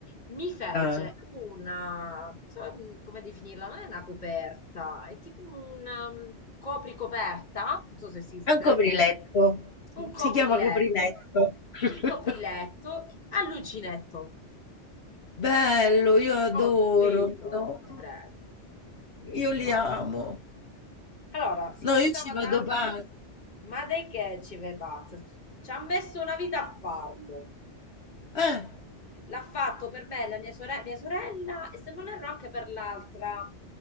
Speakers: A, on the left; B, on the left.
A: mi fece
B: ah.
A: una, non so mm, come definirla, non è una coperta, è tipo un um, copricoperta, non so se esiste,
B: È un copriletto,
A: un copriletto,
B: si chiama copriletto. <laughs>
A: un copriletto a uncinetto.
B: Bello, io adoro,
A: Oddio,
B: no?
A: ti prego,
B: Io
A: mamma.
B: li amo.
A: Allora, si vantava
B: No, io ci
A: tanto,
B: vado pazza.
A: ma dai che ci vai pazza? Ci ha messo una vita a farlo.
B: Eh.
A: L'ha fatto per me, e la mia sore- mia sorella, e se non erro anche per l'altra.